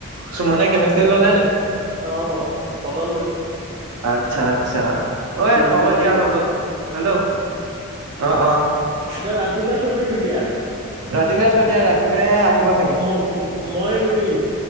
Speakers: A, on the right (about 80°); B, on the right (about 25°).
A: সুমনে কেমেষ্ট্ৰী ল'লে নি।
B: অ' স্পতত লৈছে।
A: আচ্ছা আচ্ছা ঐ
B: সুমন
A: হ'ব
B: দে
A: দিয়া
B: কে-
A: হৈ গ'ল হেল্ল' অ অ।
B: এটো ৰাদিল্লাৰ। <unintelligible>
A: ৰাতিলৈ থৈ দিয়া ৰাতিলৈ আহিব চাগে
B: ম- ময়ে কৰি দিম